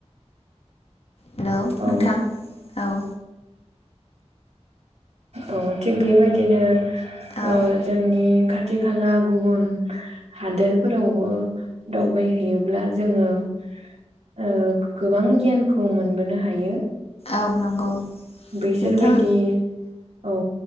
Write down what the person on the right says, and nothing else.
औ
औ थिग बेबायदिनो
ओ जोंनि खा थि खाला गुबुन हादोरफोरावबो दावबायहैयोब्ला जोङो ओ गोबां गियानखौ मोनबोनो हायो।
बैसोरबायदि
औ।